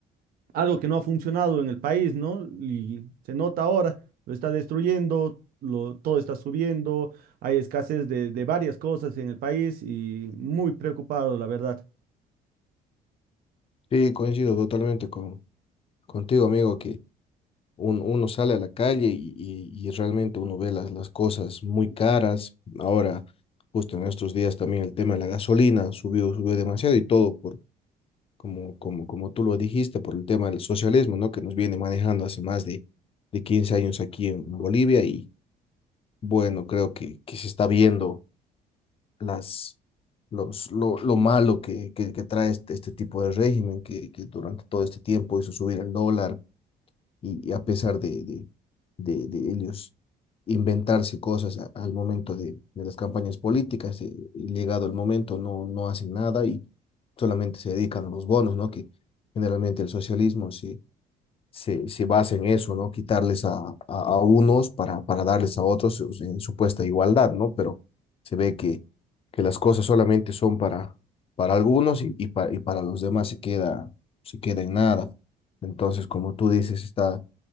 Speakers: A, on the right (about 60°); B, on the left (about 35°).
A: algo que no ha funcionado en el país, ¿no? Y se nota ahora, lo está destruyendo, lo, todo está subiendo, hay escasez de, de varias cosas en el país y muy preocupado, la verdad.
B: Sí, coincido totalmente con, contigo, amigo, que un- uno sale a la calle y, y- y realmente uno ve las, las cosas muy caras. Ahora, justo en estos días también el tema de la gasolina subió, subió demasiado y todo por, como, como, como tú lo dijiste, por el tema del socialismo, ¿no? Que nos viene manejando hace más de, de 15 años aquí en Bolivia y bueno, creo que, que se está viendo las los, lo, lo malo que, que, que trae este, este tipo de régimen que, que durante todo este tiempo hizo subir el dólar, y, y a pesar de, de, de- de ellos inventarse cosas a- al momento de, de las campañas políticas, eh, y llegado el momento no, no hacen nada y solamente se dedican a los bonos, ¿no? Que generalmente el socialismo se, se, se basa en eso, ¿no? Quitarles a, a, a unos para, para darles a otros o sea, en supuesta igualdad, ¿no? Pero se ve que, que las cosas solamente son para, para algunos y, y, para, y para los demás se queda, se queda en nada. Entonces, como tú dices, está